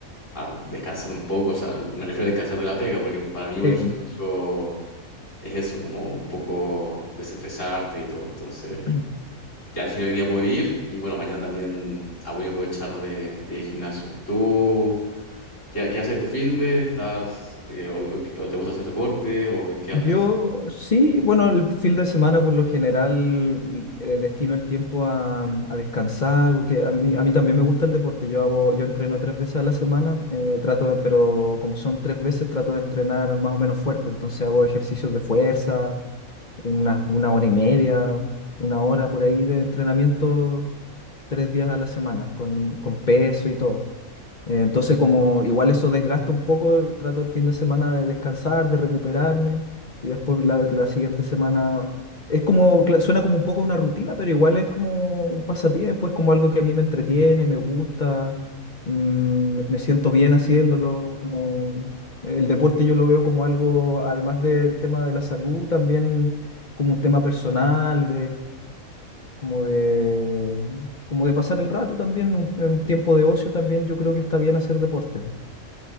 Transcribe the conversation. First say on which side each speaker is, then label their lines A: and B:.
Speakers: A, on the left; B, on the left.
A: a descansar un poco, o sea, me refiero a descansar de la pega, porque para mí igual
B: Sí,
A: el
B: pues.
A: gimnasio es eso, como un poco desestresarte y todo. Entonces,
B: <clears throat>
A: ya al final del día pude ir y bueno, mañana también ah, voy a aprovechar de, de ir al gimnasio. ¿Tú? ¿Qué, qué haces este finde? ¿Estás, eh, o, o- o te gusta hacer deporte o en qué andas?
B: Yo sí, bueno, el fin de semana por lo general eh, destino el tiempo a, a descansar, porque a mí, a mí también me gusta el deporte. Yo hago, yo entreno tres veces a la semana, eh, trato de- pero como son tres veces, trato de entrenar más o menos fuerte. Entonces hago ejercicios de fuerza, una, una hora y media, una hora por ahí de entrenamiento, tres días a la semana, con, con peso y todo. Eh, Entonces, como igual eso desgasta un poco, el- trato el fin de semana de descansar, de recuperarme y después la, la siguiente semana es como, cla- suena como un poco una rutina, pero igual es como un pasatiempo, es como algo que a mí me entretiene, me gusta, mm, me me siento bien haciéndolo, como el deporte yo lo veo como algo, además del tema de la salud, también como un tema personal como de, como de pasar el rato también, un- en tiempo de ocio también, yo creo que está bien hacer deporte.